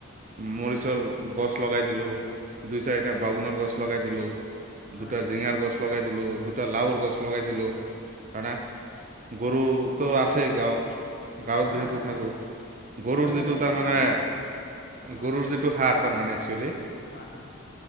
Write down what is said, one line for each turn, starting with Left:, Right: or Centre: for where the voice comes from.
Right: মৰিচৰ গছ লগাই দিলোঁ। দুই চাৰিটা
Left: হয়
Right: বাগুনৰ গছ লগাই দিলো।
Left: হয়
Right: দুটা
Left: হয়
Right: ঝিঙাৰ গছ লগাই দিলোঁ। দুটা লাৱৰ গছ লগাই দিলোঁ। হয় না? গৰু ত আছ ছে গাঁৱত। গাঁৱত যিহেতু
Left: হয় হয়
Right: থাকো, গৰুৰ
Left: মানে ৰাসায়নিক
Right: যিটো তাৰমানে
Left: সাৰ হয়
Right: গৰুৰ যিটো সাৰ তাৰমানে চলে।
Left: হয়, হয়।